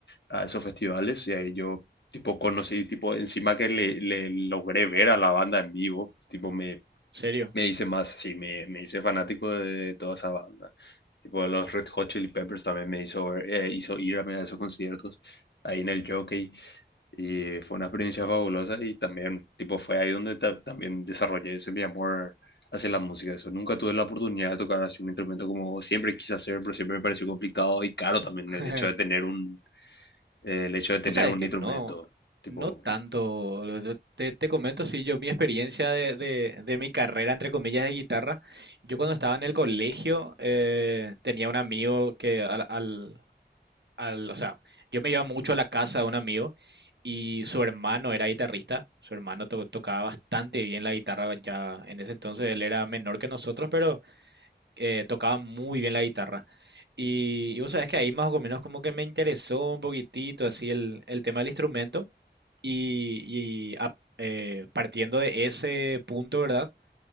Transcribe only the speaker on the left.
a esos festivales y ahí yo, tipo, conocí, tipo, encima que le, le logré ver a la banda en vivo, tipo, me,
me hice más, sí, me, me hice fanático de toda esa banda. Tipo, los Red Hot Chili Peppers también me hizo, eh, hizo ir a esos conciertos ahí en el Jockey. Y fue una experiencia fabulosa y también, tipo, fue ahí donde ta- también desarrollé ese mi amor hacia la música. Eso, nunca tuve la oportunidad de tocar así un instrumento como siempre quise hacer, pero siempre me pareció complicado y caro también
el hecho de tener un, eh, el hecho de tener
un
instrumento,
tipo,